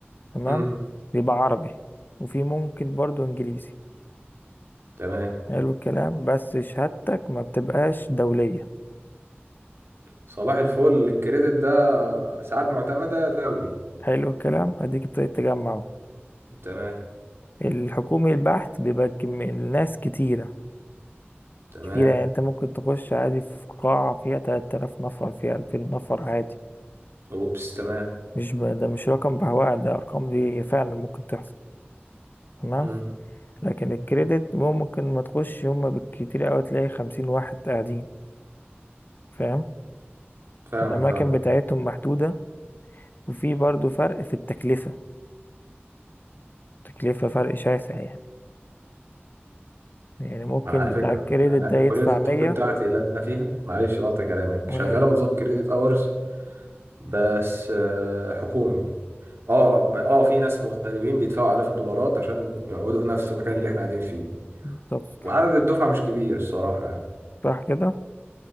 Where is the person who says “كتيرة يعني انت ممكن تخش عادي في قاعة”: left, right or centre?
Left